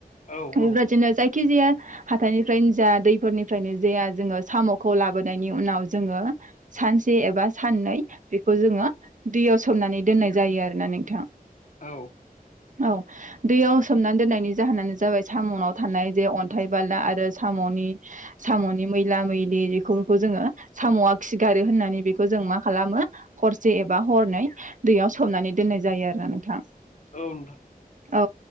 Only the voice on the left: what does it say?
औ
औ
औ।
औ नोंथां।